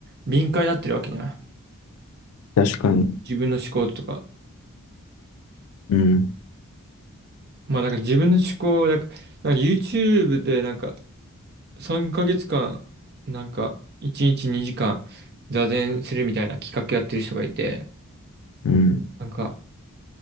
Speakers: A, on the right; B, on the left.
A: 敏感になってるわけじゃん。
B: 確かに。
A: 自分の思考とか。
B: うん。
A: まあ、だから自分の思考を、なんか、なんか YouTube で、なんか、3ヶ月間、なんか、1日2時間、座禅するみたいな企画やってる人がいて、
B: うん。
A: なんか、